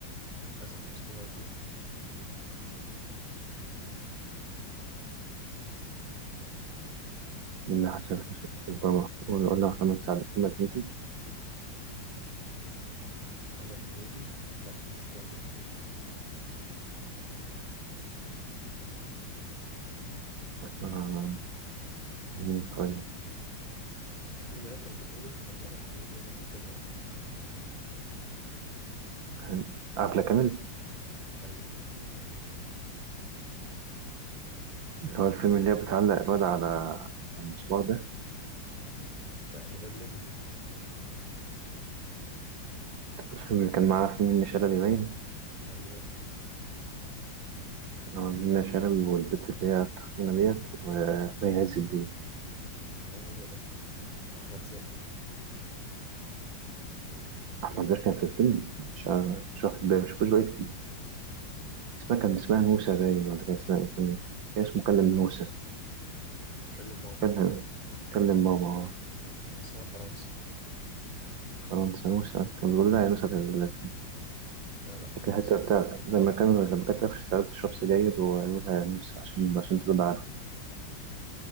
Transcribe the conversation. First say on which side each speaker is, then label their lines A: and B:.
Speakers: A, on the right; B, on the right.
A: حسن حسني موجود
B: من حسن حسني يبقى ولا محمد سعد محمد هنيدي
A: محمد هنيدي لا مش موجود فيه
B: آه، مين طيب
A: الفيلم ده كان بطولة فنانة كوميديانة جدا وقتها
B: كان عبلة كامل
A: أيوه
B: اللي هو الفيلم اللي هي بتعلق الواد على المسمار ده
A: ده ده, ده الليمبي
B: الفيلم اللي كان معاه فيه منة شلبي باين
A: أيوه
B: آه، منة شلبي والبت اللي هي التخينة ديت ومي عز الدين
A: أيوه هو ده وأحمد زاهر
B: أحمد زكي كان في الفيلم مش عارف- مش واخد بالي مشفتوش بقالي كتير اسمها كان اسمها نوسة باين ولا كان اسمها إيه؟ كان كان اسمه كلم نوسة
A: كلم ماما
B: كلم كلم ماما
A: كان اسمها فرنسا
B: فرنسا نوسة كان بيقول لها يا نوسة في ال- في-
A: لا لا فرنسا
B: فاكر الحتة
A: فرنسا
B: بتاعت لما كان لما كانت قفشت عليها بتشرب سجاير وقالوا لها يا نوسة عشان عشان ترد عنها